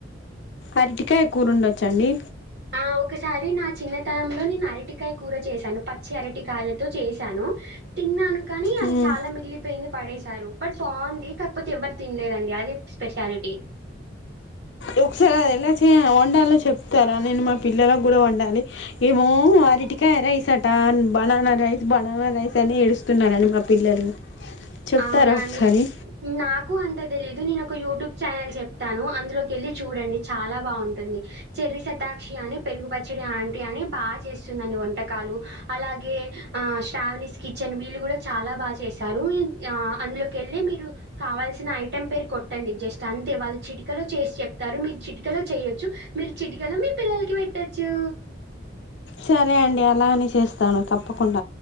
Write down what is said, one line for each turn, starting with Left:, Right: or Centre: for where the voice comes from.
Left: అరటికాయ కూర ఉండొచ్చండి
Right: ఆ! ఒకసారి నా చిన్నతనంలో నేను అరటికాయ కూర చేసాను పచ్చి అరటికాయలతో చేసాను తిన్నాను కానీ
Left: ఉమ్
Right: అది చాలా మిగిలిపోయింది పడేస బట్ బాగుంది కాకపోతే ఎవరు తినలేదండి అదే స్పెషాలిటీ
Left: ఒకసారి అది ఎలా చే వండాలో చెప్తారా? నేను మా పిల్లలకు కూడా వండాలి ఏమో అరిటికాయ రైస్ అంట బనానా రైస్ బనానా రైస్ అని ఏడుస్తున్నారండి మా పిల్లలు. చెప్తారా
Right: అవునండి
Left: ఒకసారి
Right: నాకు అంత తెలీదు నేను ఒక యూట్యూబ్ ఛానల్ చెప్ స్తాను అందులోకి వెళ్ళి చూడండి చాలా బాగుంటుంది చెర్రి శతాక్షి అని పెరుగు పచ్చడి ఆంటీ అని బాగా చేస్తుందండి వంటకాలు అలాగే ఆ శ్రావనిస్ కిచెన్ వీళ్ళు కూడా చాలా బాగా చేస్తారు. ఇ అందులోకి వెళ్ళి మీరు కావాల్సిన ఐటెం పేరు కొట్టండి జస్ట్ అంతే వాళ్ళు చిటికలో చేసి చెప్తారు మీరు చిటికలో చేయొచ్చు మీరు చిటికలో మీ పిల్లలకి పెట్టచ్చు
Left: సరే అండి అలానే చేస్తాను తప్పకు కుండ